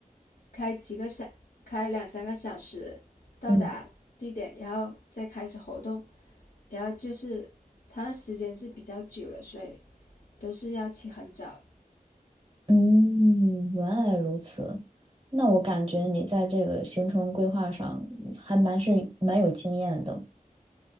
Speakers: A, on the left; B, on the right.
A: 开几个小，开两三个小时到达地点，
B: 嗯
A: 然后再开始活动，然后就是它的时间是比较久的，所以都是要起很早，
B: 嗯，原来如此。那我感觉你在这个行程规划上还蛮是蛮有经验的。